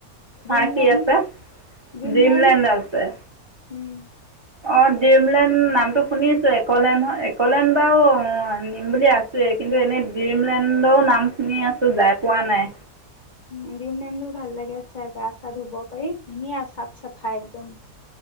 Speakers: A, on the left; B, on the right.
A: ডিমলেণ্ড
B: হা কি আছে?
A: ডিমলেণ্ড
B: ড্ৰিমলেণ্ড আছে।
A: উম।
B: অ ড্ৰিমলেণ্ড নামটো শুনিছো একলেণ্ড একলেণ্ড বাৰু নিম বুলি আছোৱেই কিন্তু এনেই ড্ৰিমলেণ্ডও নাম শুনি আছো যাই পোৱা নাই।
A: উ, দিমলেনো ভাল লাগে চাই গা চা ধুব পাৰি ধুনীয়া চাফ চাফাই একদম।